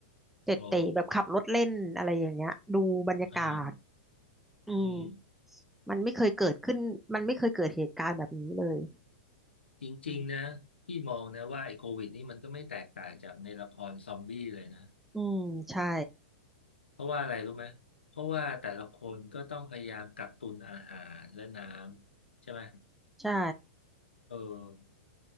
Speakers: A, in the centre; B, on the left.
A: เจ็ดเต๋แบบขับรถเล่นอะไรอย่างเงี้ยดูบรรยากาศ
B: โอ้เอ่า
A: อืม
B: อืม
A: มันไม่เคยเกิดขึ้นมันไม่เคยเกิดเหตุการณ์แบบนี้เลย
B: จริงๆนะ
A: อืม
B: พี่มองนะว่าไอ้โควิดนี่มันก็ไม่แตกต่างจากในละครซอมบี้เลยนะ
A: อืมใช่
B: เพราะว่าอะไรรู้ไหม เพราะว่าแต่ละคนก็ต้องพยายามกักตุนอาหารและน้ำใช่ไหม
A: ใช่
B: เออ